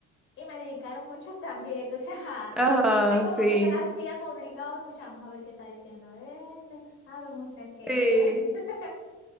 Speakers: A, on the left; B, in the centre.
A: Y me dedicaron mucho <laughs> también, entonces, ajá,
B: Ajá,
A: es como
B: sí.
A: que te la hacían obligado, escuchamos a ver qué está diciendo este, ah, vemos de qué
B: Sí,
A: es. <laughs>